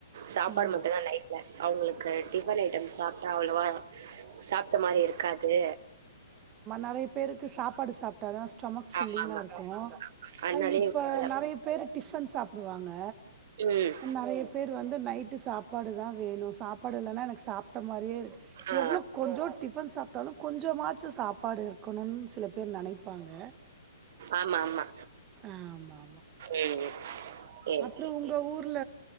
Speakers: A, on the right; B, on the right.
A: சாப்பாடு
B: ம்
A: மட்டும் தான் நைட்ல அவங்களுக்கு டிபன் ஐட்டம் சாப்பிட்டா அவ்ளவா சாப்பிட்ட மாரி இருக்காது
B: நெறய பேருக்கு சாப்பாடு சாப் <unintelligible> ஸ்டொமக் ஃபில்லிங்கா
A: ஆமா ஆமா
B: இருக்கும்
A: அதனாலயே
B: இப்ப
A: விடல
B: நெறய பேர் டிஃப டிபன் சாப்பிடுவாங்க
A: ம்
B: நெறய பேர் வந்து நை ட்டு சாப்பாடு தான் வேணும் சாப்பாடு இல்லைன்னா எனக்கு சாப்பிட்ட மாரியே இருக்கு
A: ஆ
B: எவ்ளோ கொஞ்சம் டிபன் சாப்ட்டாலும் கொஞ்சமாச்சு சாப்பாடு இருக்கணும் சில பேர் நெனப்பாங்க
A: ஆமா ஆமா
B: ஆமா
A: ம் சேரி சேரி
B: அப்புறம் உங்க ஊர்